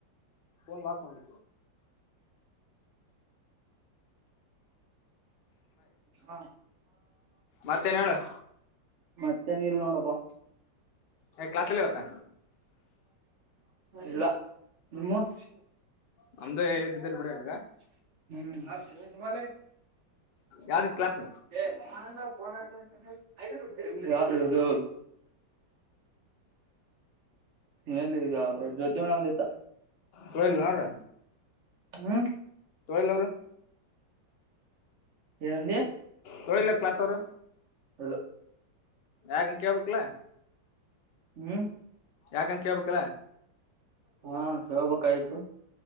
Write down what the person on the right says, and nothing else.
ಹ
ಮತ್ತೆ ಮತ್ತೆ ಏನಿಲ್ ನೋಡಪ್ಪ.
ಇಲ್ಲ ನಿಮ್ಮ. ಹ್ಮ್
<unintelligible>
<inaudible> ಸ್ನಹಲ್ಗ ಜ್ಯತಿ ಮೇಡಂದತ್ತ.
ಹ್ಮ್
ಏನಂದಿ
ಇಲ್ಲ
ಹ್ಮ್
ಹಾ ಕೇಳ್ಬೇಕಯ್ತು.